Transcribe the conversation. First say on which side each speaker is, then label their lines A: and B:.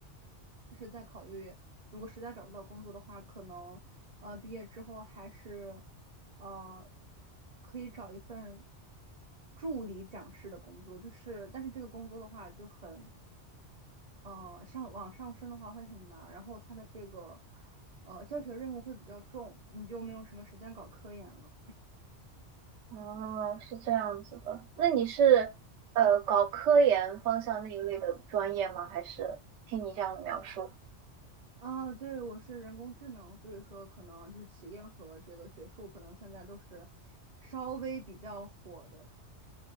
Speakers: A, on the right; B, on the right.
A: 就是在考虑，如果实在找不到工作的话，可能呃毕业之后还是呃可以找一份助理讲师的工作，就是但是这个工作的话就很呃，上往上升的话会很难，然后它的这个呃教学任务会比较重，你就没有什么时间搞科研了。
B: 哦，是这样子的。那你是呃搞科研方向那一类的专业吗？还是听你这样的描述？
A: 啊，对，我是人工智能，所以说可能就是企业和这个学术可能现在都是稍微比较火的。